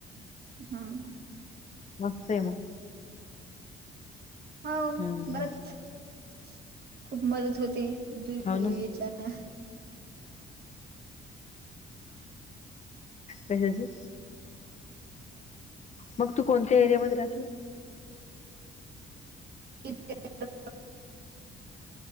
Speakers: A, on the right; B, on the left.
A: हा.
B: मस्त आहे. मग,
A: <unintelligible>
B: हम्म हो ना कशाची मग तू कोणत्या एरियामध्ये राहते.
A: <unintelligible>